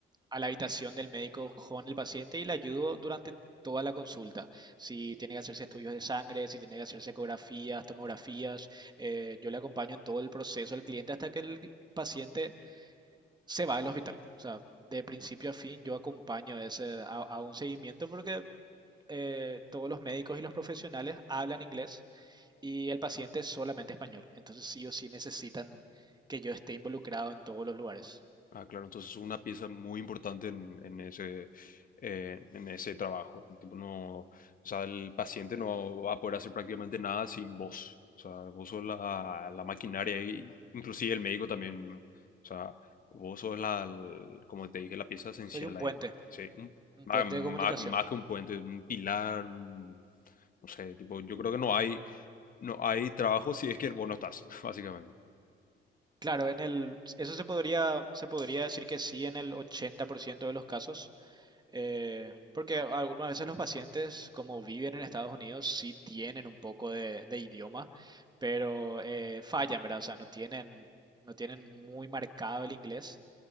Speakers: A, on the right; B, on the left.
A: a la habitación del médico con el paciente y le ayudo durante toda la consulta. Si tiene que hacerse estudios de sangre, si tiene que hacerse ecografías, tomografías eh, yo le acompaño en todo el proceso al cliente hasta que el paciente se va del hospital. O sea, de principio a fin yo acompaño ese, a, a un seguimiento porque eh, todos los médicos y los profesionales hablan inglés y el paciente es solamente español. Entonces sí o sí necesitan que yo esté involucrado en todos los lugares.
B: Ah, claro, entonces es una pieza muy importante en, en ese, eh, en ese trabajo. Tipo, no, o sea, el paciente no va a poder hacer prácticamente nada sin vos. O sea, vos sos la, la maquinaria y inclusive el médico también. O sea, vos sos la, el- como te dije, la pieza esencial
A: Soy un
B: ahí.
A: puente,
B: Sí, un-
A: un
B: más,
A: puente
B: más-
A: de comunicación.
B: más que un puente, un pilar, un- no sé, tipo, yo creo que no hay, no hay trabajo si es que vos no estás, <laughs> básicamente.
A: Claro, en el, eso se podría, se podría decir que sí en el 80% de los casos, Eh, porque algunas veces los pacientes, como viven en Estados Unidos, sí tienen un poco de, de idioma, pero eh, fallan, ¿verdad? O sea, no tienen, no tienen muy marcado el inglés